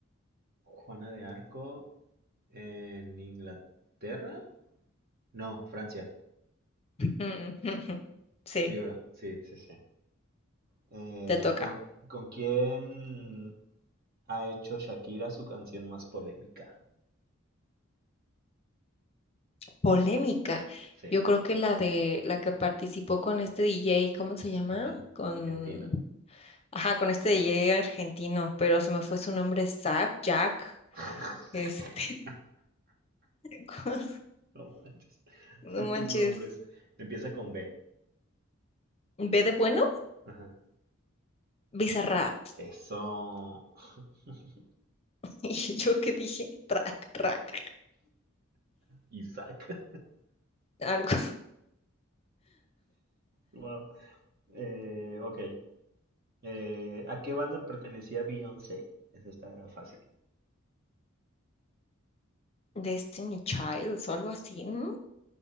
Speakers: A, on the right; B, on the left.
A: Juana de Arco en Inglaterra. No, Francia.
B: <laughs> Sí,
A: Sí, ¿verdad? Sí. sí, sí. Eh,
B: te toca.
A: ¿con, ¿Con quién ha hecho Shakira su canción más polémica?
B: Polémica.
A: Sí.
B: Yo creo que la de la que participó con este DJ, ¿cómo se llama?
A: Ajá.
B: Con,
A: Argentino.
B: ajá, con este DJ argentino, pero se me fue su nombre, Zach, Jack,
A: <laughs>
B: este, <laughs> ¿cómo se-
A: No manches. <laughs>
B: no
A: Y tus
B: manches,
A: nombres. Empieza con B.
B: ¿B de bueno?
A: Ajá.
B: Bizarrap. <laughs>
A: Eso. <laughs>
B: Y yo qué dije, track, track,
A: Isaac. <laughs>
B: algo.
A: Wow. Eh, ok. Eh, ¿a qué banda pertenecía Beyoncé? Eso está fácil.
B: Destiny Childs o algo así, ¿no?